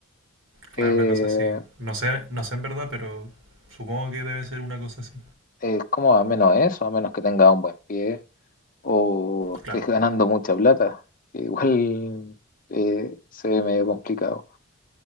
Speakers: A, on the right (about 60°); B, on the left (about 40°).
A: Claro,
B: Eh,
A: una cosa así. No sé, no sé en verdad, pero supongo que debe ser una cosa así.
B: eh, ¿cómo a menos eso? A menos que tengas un buen pie o estés
A: Claro.
B: <laughs> ganando mucha plata, que igual eh, se ve medio complicado.